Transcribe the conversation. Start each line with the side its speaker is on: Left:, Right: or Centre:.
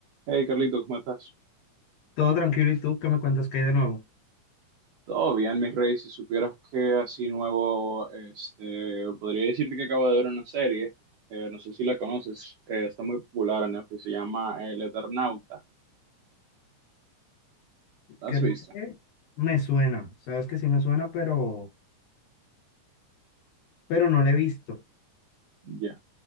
Right: Hey Carlito, ¿cómo estás?
Left: Todo tranquilo, ¿y tú qué me cuentas que hay de nuevo?
Right: Todo bien, mi rey. Si supieras que así nuevo, este, podría decirte que acabo de ver una serie. eh, no sé si la conoces. eh, está muy popular en Netflix. Se llama eh, El Eternauta. ¿La
Left: Creo
Right: has visto?
Left: que me suena, sabes que sí me suena, pero, pero no lo he visto.
Right: Ya.